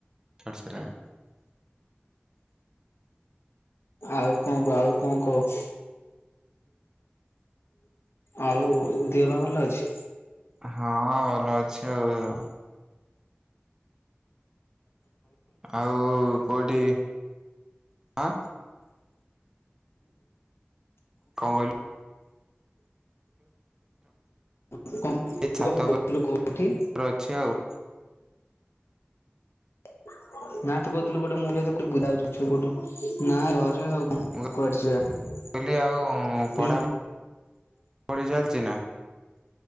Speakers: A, on the right; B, on the left.
A: <unintelligible>
B: ଆଉ କଣ କହ, ଆଉ କଣ କହ? ଆଉ ଦେହ ପାହ ଭଲ ଅଛି?
A: ହଁ ଭଲ ଅଛି ଆଉ। ଆଉ କଉଠି ଆଁ? କଣ କହିଲୁ?
B: ତୁ କଣ
A: ଏ ଛାତ
B: କହୁଥିଲୁ
A: ଉପରେ
B: କୋଉଠି
A: ଅଛି ଆଉ।
B: <unintelligible> କୁଆଡେ ଯିବା?
A: ମୁଁ କହିଲି ଆଉ ପଢ଼ାପଢ଼ି
B: ହୁଁ
A: ଚାଲିଛି ନା?